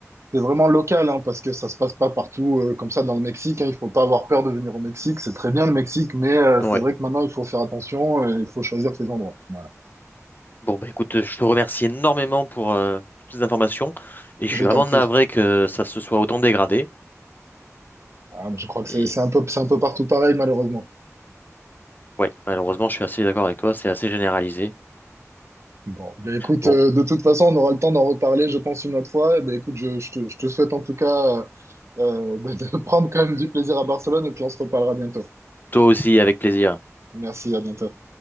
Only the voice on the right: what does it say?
c'est vraiment local, hein, parce que ça se passe pas partout euh, comme ça dans le Mexique. hein. Il faut pas avoir peur de venir au Mexique. C'est très bien le Mexique, mais euh,
c'est vrai que maintenant, il faut faire attention. euh, il faut choisir ses endroits. Voilà.
Je
t'en
prie.
Ah, mais je crois que c'est
c'est un peu, c'est un peu partout pareil, malheureusement.
Bon, ben écoute,
euh, de toute façon, on aura le temps d'en reparler, je pense, une autre fois. Eh Ben écoute, je, je te, je te souhaite en tout cas euh, euh, de de <laughs> prendre quand même du plaisir à Barcelone et puis on se reparlera bientôt.
Merci, à bientôt.